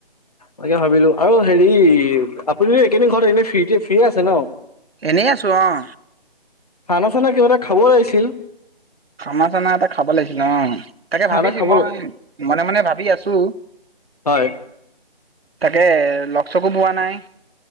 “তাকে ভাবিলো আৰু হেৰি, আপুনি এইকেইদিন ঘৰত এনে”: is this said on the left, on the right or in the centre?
Left